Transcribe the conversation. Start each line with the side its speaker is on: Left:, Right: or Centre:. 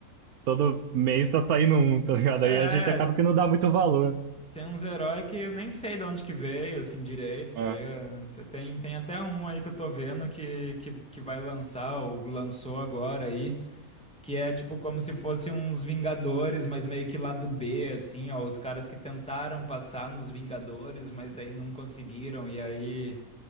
Right: todo mês tá saindo um, tá ligado?
Centre: É,
Right: Aí a gente acaba que não dá muito valor.
Centre: tem uns heróis que eu nem sei de onde que veio, assim, direito, tá
Right: Ah,
Centre: ligado? Você tem, tem até um aí que eu tô vendo que, que, que vai lançar, ou lançou agora aí. Que é tipo como se fossem uns Vingadores, mas meio que lá do B, assim, ó. Os caras que tentaram passar nos Vingadores, mas daí não conseguiram. E aí,